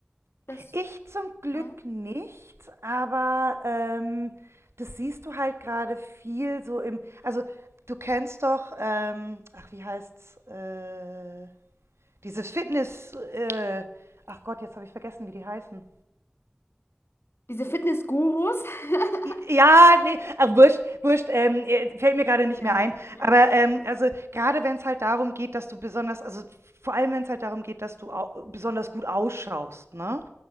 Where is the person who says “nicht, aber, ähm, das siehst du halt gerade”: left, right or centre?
Right